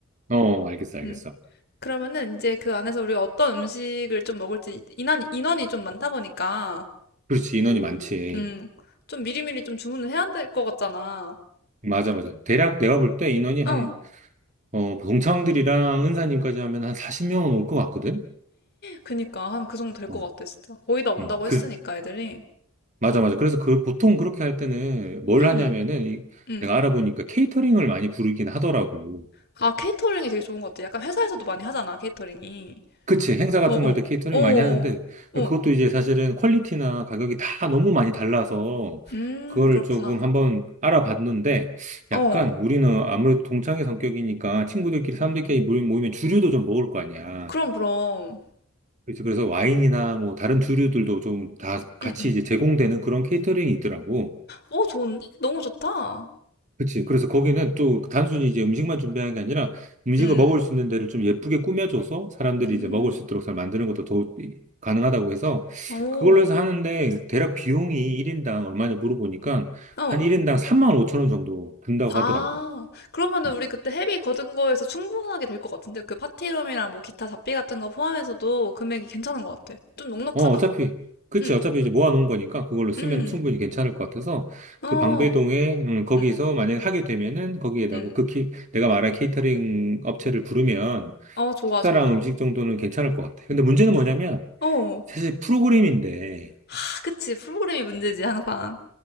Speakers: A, on the right; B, on the left.
A: 음. 어, 알겠어, 알겠어.
B: 음. 그러면은 이제 그 안에서 우리가 어떤 음식을 좀 먹을지 인원, 인원이 좀 많다 보니까
A: 그렇지,
B: 음,
A: 인원이 많지.
B: 음, 좀 미리미리 좀 주문을 해야 될 것 같잖아.
A: 맞아, 맞아. 대략 내가 볼 때 인원이 한
B: 어,
A: 어, 그 동창들이랑 은사님까지 하면 한 40명은 올 것 같거든?
B: 그니까 한 그 정도 될 것
A: 어,
B: 같아, 진짜. 거의 다 온다고
A: 음, 그,
B: 했으니까 애들이.
A: 맞아, 맞아. 그래서 그, 보통 그렇게 할 때는 뭘
B: 음,
A: 하냐면은, 이-
B: 음.
A: 내가 알아보니까 케이터링을 많이 부르긴 하더라고.
B: 아, 케이터링이 되게 좋은 것 같아. 약간 회사에서도 많이 하잖아, 케이터링이.
A: 그치, 행사 같은
B: 어, 어,
A: 거 할 때 케이터링
B: 어, 어,
A: 많이 하는데, 그것도
B: 어.
A: 이제 사실은 퀄리티나 가격이 다 너무 많이 달라서,
B: 음,
A: 그거를
B: 그렇구나.
A: 조금 한번 알아봤는데,
B: 어,
A: 약간 우리는 아무래도 동창의 성격이니까 친구들끼리, 사람들끼리 모이- 모이면 주류도 좀 먹을 거 아니야.
B: 그럼, 그럼.
A: 그래서 그래서 와인이나 뭐 다른 주류들도 좀 다 같이
B: 음, 음.
A: 이제 제공되는 그런 케이터링이 있더라고.
B: 어, 좋은데? 너무 좋다. 어,
A: 그치. 그래서 거기는 또 단순히 이제 음식만 준비하는 게 아니라 음식을
B: 음,
A: 먹을 수 있는 데를 좀 예쁘게 꾸며줘서 사람들이
B: 음,
A: 이제 먹을 수 있도록 잘 만드는 것도 더욱 가능하다고 해서
B: 어,
A: 그걸로 해서 하는데 대략 비용이 1인당 얼마냐 물어보니까
B: 어.
A: 한 1인당 3만 5천 원 정도 든다고
B: 아,
A: 하더라고.
B: 그러면은
A: 음.
B: 우리 그때 헤비 거둔 거에서 충분하게 될 것 같은데? 그 파티룸이랑 뭐 기타 잡비 같은 거 포함해서도 금액이 괜찮은 것 같아. 좀 넉넉하다.
A: 어, 어차피, 그치.
B: 응,
A: 어차피 이제 모아놓은 거니까 그걸로 쓰면
B: 응,
A: 충분히 괜찮을 것 같아서
B: 어,
A: 그 방배동에, 음, 거기서
B: 응,
A: 만약에 하게 되면은 거기에다가
B: 응.
A: 그 키, 내가 말한 케이터링 업체를 부르면
B: 어, 좋아,
A: 식사랑
B: 좋아.
A: 음식 정도는 괜찮을 것 같아. 근데 문제는
B: 아,
A: 뭐냐면
B: 어.
A: 사실 프로그램인데
B: 하, 그치. 프로그램이 문제지, 항상.